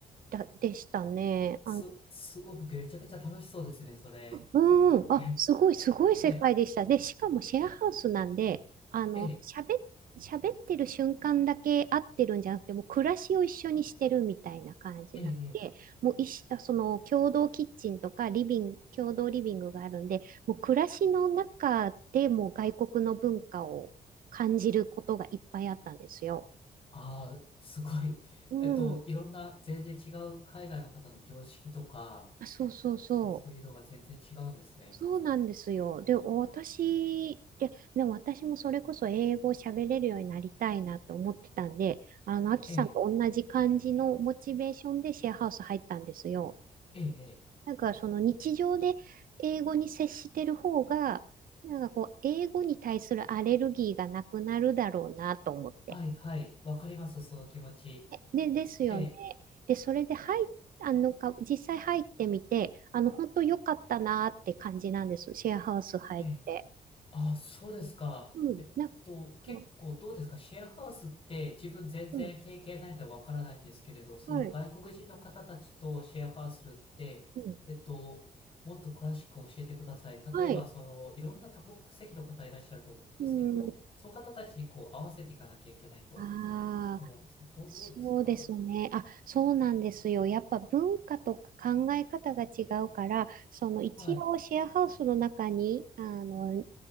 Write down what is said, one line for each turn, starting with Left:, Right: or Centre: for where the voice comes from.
Right: だ、でしたね。
Left: す、すごくめちゃくちゃ楽しそうですね、それ。
Right: うん、あ、
Left: え、
Right: すごい、すごい世界でした。
Left: ね
Right: で、しかもシェアハウスなんで、あの、
Left: え、
Right: 喋っ、
Left: ええ
Right: 喋ってる瞬間だけ会ってるんじゃなくて、もう暮らしを一緒にしてるみたいな感じになってもういし、
Left: ええ、ええ
Right: あその共同キッチンとかリビング、共同リビングがあるんで、もう暮らしの中でもう外国の文化を感じることがいっぱいあったんですよ。
Left: ああ、すごい。<laughs>
Right: うん。
Left: えっと、いろんな全然違う海外の方の常識とか、
Right: あそうそうそう。
Left: えそういうのが全然違うんですね。
Right: そうなんですよ。で、私、で、でも私もそれこそ英語を喋れるようになりたいなと思ってたんで、あの、アキさんと同じ感じのモチベーションでシェアハウス入ったんですよ。
Left: ええ、ええ、ええ
Right: なんかその日常で英語に接してる方が、なんかこう、英語に対するアレルギーがなくなるだろうなと思って。
Left: はい、はい。わかります、その気持ち。
Right: で、で、ですよね。
Left: ええ、
Right: で、それで入っあのか、実際入ってみて、あの、本当良かったなって感じなんです。シェアハウス入って。
Left: ええ。あ、そうですか。
Right: うん、
Left: えっと、
Right: なんか、
Left: 結構どうですかシェアハウスって自分全然経験ないのでわからないんですけれど、
Right: うん、
Left: その外国人の方たちとシェアハウスするって、
Right: はい、うん、
Left: えっと、もっと詳しく教えてください。例えば、
Right: はい、
Left: その、いろんな多国籍の方いらっしゃると思うんですけど、
Right: うん、
Left: その方たちにこう合わせていかなきゃいけないと
Right: ああ、
Left: 思うんですけど、どう、
Right: そうですね。
Left: どうですか
Right: あ、そうなんですよ。やっぱ文化とか考え方が違うから、その一応シェアハウスの中に、
Left: はい、
Right: あの、